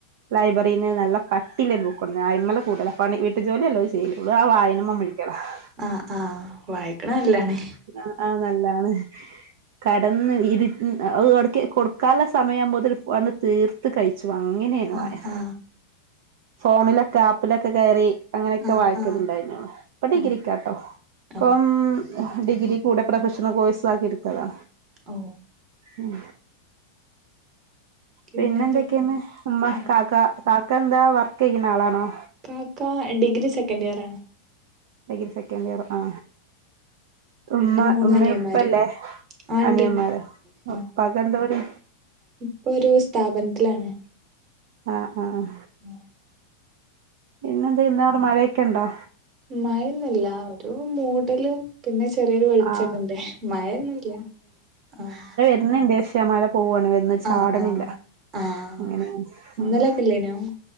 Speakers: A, on the right (about 55°); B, on the right (about 35°).
A: ലൈബ്രറിയിന്ന് നല്ല കട്ടിവരുന്ന ബുക്കുണ്ട് അയ്മല കൂടുതല പണി വീട്ടിജോലി അല്ലേ ചെയ്യുള്ളൂ ഇവള് ആ വായനമ്മഴ <unintelligible>
B: ആഹ് ആഹ് വായിക്കണ നല്ലതാണേ
A: ആഹ് ആഹ് നല്ലാണ് കടന്ന് ഇരു ഇടക്ക് കൊടു കല സമയം മുതൽ പണിതീർത്ത് കഴിച്ചു അങ്ങനെയാണ്
B: ആ
A: വായന
B: ആ
A: ഫോണിലൊക്കെ ആപ്പിലൊക്കെ കയറി അങ്ങനെയൊക്കെ
B: ആ
A: വായക്കലുണ്ടായിരുന്നു
B: ആ
A: ഇപ്പ ഡിഗ്രിക്ക
B: ഓ
A: കേട്ടോ ഇപ്പം
B: ഓ
A: ഡിഗ്രി കൂടെ പ്രൊഫഷണൽ കോഴ്സ് ആക്കി എടുത്തതാണ്
B: ഓ
A: ഉം
B: പിന്നെന്തൊക്കെ
A: പിന്നെന്തൊക്കെയന്ന് ഉമ്മ
B: ആ
A: കാക്ക കാക്ക എന്താ വർക്ക് ചെയ്യുന്ന ആളാണോ
B: കാക്ക ഡിഗ്രി സെക്കൻഡ് ഇയർ ആണ്.
A: ഡിഗ്രി സെക്കൻഡ് ഇയർ ആ ഉമ്മ
B: പിന്നെ മൂന്നനിയന്മാര്
A: ഉമ്മ ഇപ്പല്ലേ
B: ആ
A: അനിയന്മാരൊ
B: ഇണ്ട് ഇണ്ട് ആ
A: ഉപ്പാക്ക്എന്ത് പണി
B: ഇപ്പൊ ഒരു സ്ഥാപനത്തിലാണ്
A: ആഹ് ആഹ്
B: ആ
A: പിന്നെ എന്ത ഇന്നവിടെ മഴയൊക്കെ ഉണ്ടോ
B: മയന്നില്ല ഒരു മൂടലും പിന്നെ ചെറിയൊരു വെളിച്ചക്കെ
A: ആ
B: ഉണ്ട് മഴയൊന്നുല്ല ആഹ്
A: ഇന്ന്ന്റെ വിഷയ മഴ പോവാണ് വന്ന് ചാടണില്ല
B: ആഹ് ആഹ്
A: അങ്ങനെയാണ്
B: ഇന്നലൊക്കെല്ലേനോ
A: ആഹ്